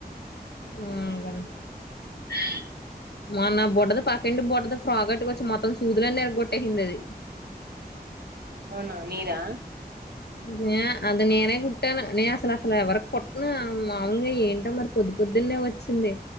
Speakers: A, on the left; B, on the right.
A: ఊ గన
B: ఊ
A: మొన్న బుడ్డది పక్కింటి బుడ్డది ఫ్రాక్ అట్టు కొచ్చి మొత్తం సూదులన్ని ఇరగ్గొట్టేసింది అది
B: అవునా మీరా
A: జయా అది నేనే కుట్టాను నే అసలు అసలు ఎవరికి కుట్టను మామూలుగా ఏంటో మరి పొద్దు పొద్దున్నే వచ్చింది.